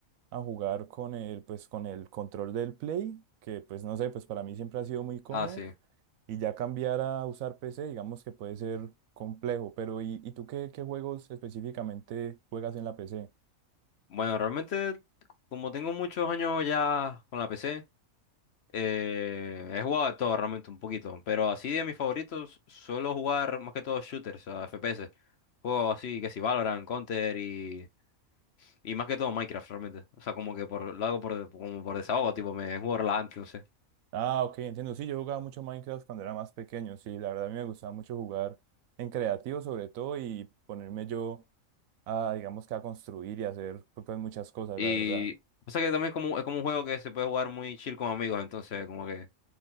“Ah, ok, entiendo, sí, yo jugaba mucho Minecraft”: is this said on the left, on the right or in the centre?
Right